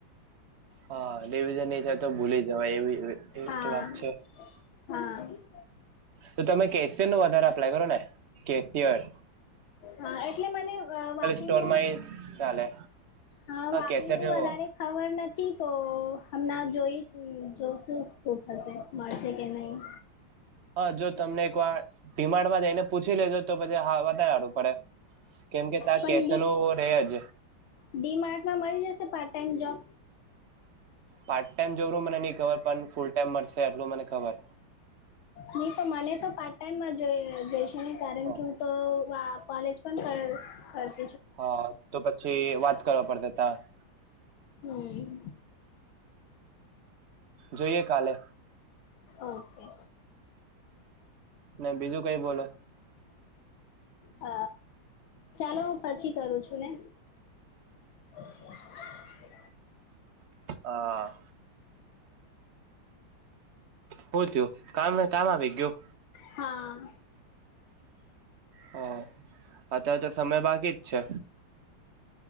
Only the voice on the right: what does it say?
હા એવીજ નહી થાય તો ભૂલી જવાય. એવી એવી
તો વાત છે.
તો તમે કેશિયર નું વધારે અપ્લાય કરો ને કેસિયર.
સ્ટોરમાં એ ચાલે
કેશિયર
જેવો
હા જો તમને એક વાર ભીમાડમાં જઈને પૂછી લેજો તો પછી હા વધારે આવડવું પડે. કેમ કે ત
કેસનો
રે જ
part time job નુ મને નહી ખબર પણ ફૂલ ટાઈમ મળશે એટલું મને ખબર
હ
હા તો પછી વાત કરવા પડતા ત
જોઈએ કાલે
ના બીજું કઈ બોલો
હા શું થયું કામ કામ આવી ગયો.
હા અત્યારે તો સમય બાકી જ છે.